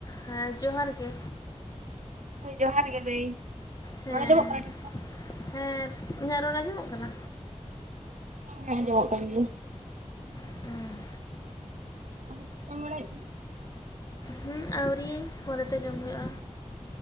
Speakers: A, on the left; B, on the right.
A: ᱦᱮᱸ ᱡᱚᱦᱟᱨ ᱜᱮ
B: ᱦᱳᱭ ᱡᱚᱦᱟᱨ ᱜᱮ ᱫᱟᱹᱭ
A: ᱦᱮᱸ
B: ᱨᱚᱲ ᱟᱡᱚᱢᱚᱜ ᱠᱟᱱᱟ ᱴᱷᱤᱠ ᱴᱷᱟᱠ᱾
A: ᱦᱮᱸ ᱤᱧᱟᱹᱜ ᱨᱚᱲ ᱟᱸᱡᱚᱢᱚᱜ ᱠᱟᱱᱟ᱾
B: <unintelligible> ᱟᱸᱡᱚᱢᱚᱜ ᱠᱟᱱ ᱜᱮᱭᱟ᱾
A: ᱦᱩᱸ
B: ᱚ ᱪᱤᱠᱟᱢ ᱵᱟᱲᱟᱭᱮᱫ <unintelligible>
A: ᱦᱩᱸ ᱟᱹᱣᱨᱤ ᱯᱚᱨᱮᱛᱮ ᱡᱚᱢ ᱦᱩᱭᱩᱜ-ᱟ᱾